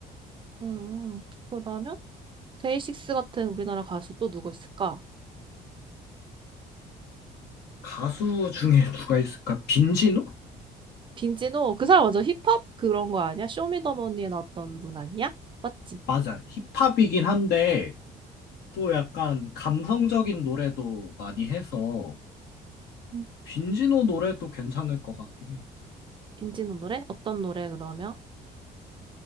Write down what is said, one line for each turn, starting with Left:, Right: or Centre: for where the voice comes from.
Right: 음, 그러면 데이식스 같은 우리나라 가수 또 누구 있을까?
Left: 가수 중에 누가 있을까? 빈지노?
Right: 빈지노 그 사람 완전 힙합 그런 거 아니야? 쇼미더머니에 나왔던 분 아니야? 맞지?
Left: 맞아. 힙합이긴 한데, 또 약간 감성적인 노래도 많이 해서,
Right: 음,
Left: 빈지노 노래도 괜찮을 것 같긴 해.
Right: 빈지노 노래? 어떤 노래 그러면?